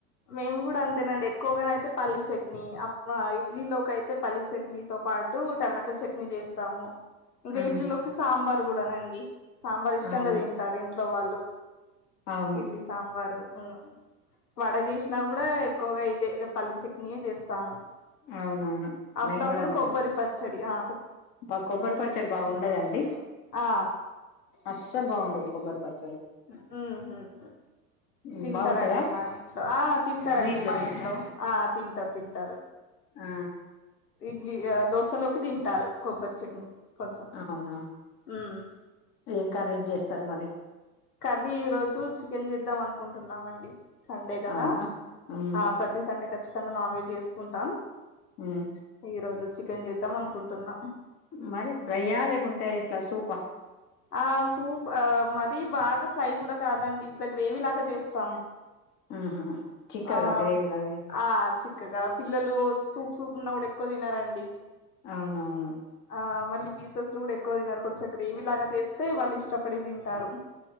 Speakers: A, on the left; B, on the left.
A: మేము కూడా అంతేనండి ఎక్కువగాన అయితే పల్లి చట్నీ అబ్బా ఇడ్లీ లోకి అయితే పల్లి చట్నీతోపాటు టమాటో చట్నీ వేస్తాము ఇంకా
B: ఉమ్
A: ఇడ్లీ లోకి సాంబార్ నేను కూడానండి సాంబార్ ఇష్టంగా
B: అవును
A: తింటారు ఇం మా వాళ్లు
B: అవును
A: ఇడ్లీ సాంబారు హ వడ చేసినా కూడా ఎక్కువగా ఇదే పల్లి చట్నీయే చేస్తాము
B: అవునవును
A: అప్పుడుప్పుడు
B: మేము కూడా అంతే
A: కొబ్బరి పచ్చడి య
B: మా కొబ్బరి పచ్చడి బాగుండదండి
A: ఆ
B: అస్సలు బాగుండదు కొబ్బరి పచ్చడి
A: హ్
B: ఉమ్
A: తింటారండి
B: బాగుంటదా
A: మా ఇంట్లో ఆ తింటారండి
B: మీ
A: మా
B: తింటరా
A: ఇంట్లో ఆ తింటారు తింటారు
B: ఆ
A: ఇడ్లీ ఆ దోశలోకి తింటారు కొబ్బరి చట్నీ కొంచెం
B: అవునా
A: ఉమ్
B: ఏంకరెజ్ చేస్తారు మరి
A: కర్రీ ఈ రోజు చికెన్ చేద్దాం అనుకుంటున్నామండి సండే కదా
B: అవునా ఉమ్
A: ఆ ప్రతి సండేకచ్చిత ఖచ్చితంగా నాన్ వెజ్ చేసుకుంటాం.
B: ఉమ్
A: ఈ రోజు చికెన్ చేద్దాం అనుకుంటున్నాం.
B: మరి ఫ్రయ్య లేకుంటే ఇట్లా సూపా.
A: ఆ సూప్ ఆహ్ మ మరీ బాగా ఫ్రై కూడా కాదండి ఇట్లా గ్రేవీ లాగా చేస్తాం
B: ఆహా చిక్కగా
A: ఆ
B: గ్రేవీ లాగా
A: ఆ చిక్కగా పిల్లలు సూప్ సూప్ ఉన్నా కూడా ఎక్కువ తినరండి.
B: అవునువును.
A: ఆ మళ్ళి పీసెస్ లు కూడా ఎక్కువ తినరు కొంచెగా గ్రేవీ లాగా చేస్తే వాళ్ళు ఇష్టపడి తింటారు